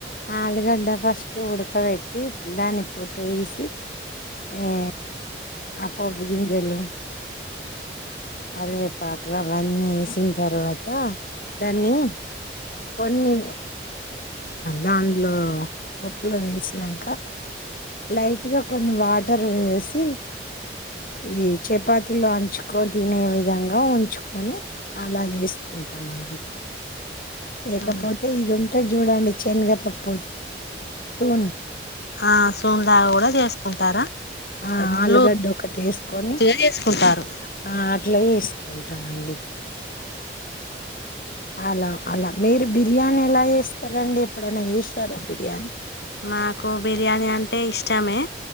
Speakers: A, on the left; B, on the left.
A: ఆలుగడ్డ ఫస్ట్ ఉడకబెట్టి దాన్ని పొట్టు తీసి ఏ అప్పుడు ఉల్లిగడ్డలు వేసి కరవేపాకు అవన్నీ వేసిన తర్వాత దాన్ని కొన్ని దానిలో పోపుల వేసినంకా లైట్గా కొన్ని వాటర్ వేసి ఈ చపాతిలో అంచుకొని తినే విధంగా ఉంచుకొని అలా చేసు కుంటామండి లేకపోతే
B: ఆ
A: ఇది ఉంటది చూడండి శనగ పప్పు ది సూప్
B: ఆ సూప్ లాగా కూడా చేసుకుంటారా
A: ఆ
B: అలా
A: ఆలుగడ్డ ఒకటి వేసుకొని
B: కొందరు చేసుకుంటారు
A: ఆ అట్ల గూడా చేసుకుంటామండి అలా అలా మీరు బిర్యానీ ఎలా చేస్తారండి ఎప్పుడైనా చేస్తారా బిర్యానీ
B: మాకు బిర్యానీ అంటే ఇష్టమే